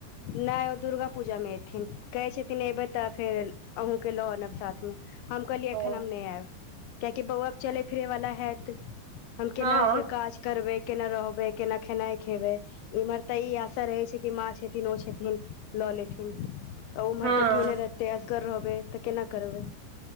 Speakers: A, on the left; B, on the right.
A: नै ओ दुर्गा पूजा मे ऐथिन कहै छथिन एबै तऽ फेर अहूँ के लऽ आनब साथ मे हम कहलियै
B: ओ
A: एखन हम नहि आयब कियाकि बौआ चलै फिरै वाला हयैत हम
B: हँ
A: केना से काज करबै केना रहबै केना खेनाइ खेबै इम्हर तऽ ई आशा रहै छै की माँ छथिन ओ छथिन लऽ लेथिन उम्हर
B: हँ
A: तऽ केओ नहि रहते कर रहबै तऽ केना करबै